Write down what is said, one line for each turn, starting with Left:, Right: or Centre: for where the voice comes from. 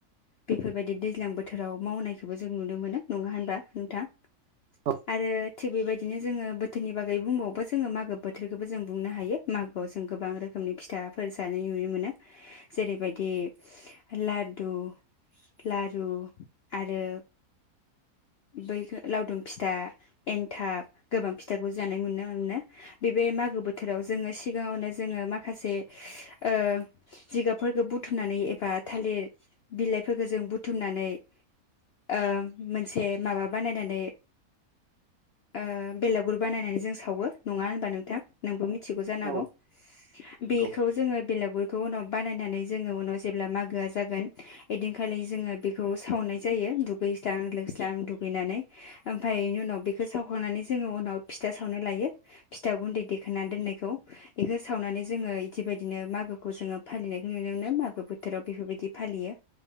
Left: बेफोरबायदि दैज्लां बोथोराव मावनायखौबो जों नुनो मोनो नङा होनबा नोंथां
Right: औ
Left: आरो थिग बेबायदिनो जोङो बोथोरनि बागै बुंबावबो जोङो मागो बोथ बोथोरखौबो जों बुंनो हायो मागोआव जों गोबां रोखोमनि फिथाफोर जानाय नुनो मोनो जेरैबायदि लादु लारु आरो बै लावदुम फिथा एन्थाब गोबां फिथाखौ जानाय मोनु मोनो। बे बे मागो बोथोराव जोङो सिगाङावनो जोङो माखासे ओ जिगाबफोरखो बुथुमनानै एबा थालिर बिलाइफोरखो जों बुथुमनानै ओ मोनसे माबा बानायनानै ओ बेलागुर बानायनानै जों सावो नङा हो नोंथां नोंबो मिथ- थिगौ जानांगौ
Right: औ नंगौ
Left: बेखौ जोङो बेलागुरखौ उनाव बानायनानै जोङो उनाव जेब्ला मागोआ जागोन ओइदिनखालि जोङो बेखौ सावनाय जायो दुगैस्रां लोबस्रां दुगैनानै ओमफाय बेनि उनाव बेखो सावखांनानै जोङो उनाव फिथा सावनाय लायो। फिथा गुन्दै देखानानै दोननायखौ बेखौ सावनानै जोङो बिदिबायदिनो मागोखौ जोङो फालिनायखौ नुनो मोनो मागो बोथोराव बेफोरबायदि फालियो।